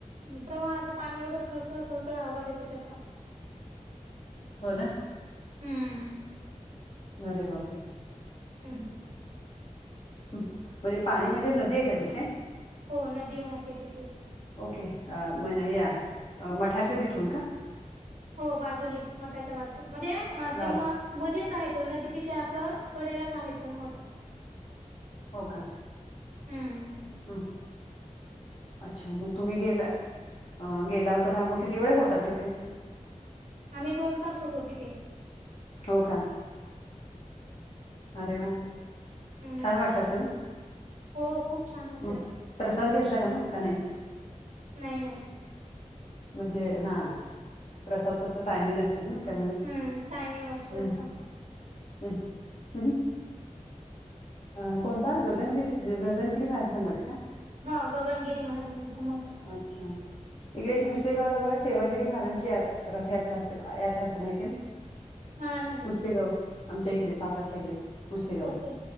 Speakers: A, on the right; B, on the left.
A: प्रवाहाचं पाणी... एवढं खळखळ, खळकळ... आवाज येतो त्याचा
B: हो ना?
A: हम्म.
B: अरे बापरे!
A: हम्म
B: म्हणजे पाणी म्हणजे नदी ए का तिथे?
A: हो नदी वाहते तिथे
B: ओके म्ह... या मठाच्या तिथून का?
A: हो, बाजूलीच... मठाच्या बाजू... म्हणजे
B: बाज
A: ते म मध्येच आहे तो, नदीच्या असं कडेलाच आहे तो मठ
B: हो का?
A: हम्म
B: हुं अच्छा, मग तुम्ही गेला... गेला होता, तर मग किती वेळ होता तिथे?
A: आम्ही दोन तास होतो तिथे
B: हो का... अरे वा!
A: हम्म.
B: छान वाटलं असन,
A: हो खूप छान वाटलं.
B: मग प्रसाद घेतला का मग, का नाही?
A: नाही नाही
B: म्हणजे हा, प्रसादचा असा टायमिंग अस ना त्यामुळे...
A: हम्म. टायमिंग असतो
B: हुं...
A: त्याचा.
B: हुं.. <unintelligible> अ... कोणता गगनगिरी... गगनगिरी महाराजांचा मठ का?
A: हा, गगनगिरी महाराजांचा मठ.
B: अच्छा, इकडे
A: हम्म.
B: पुसेगावला बघा सेवागिरी महाराजांची रथयात्रा असते, यात्रा असते, माहितीये ना,
A: हा नाही.
B: पुसेगाव आमच्या इकडे... सातारच्या इकडे... पुसेगाव...
A: ओके.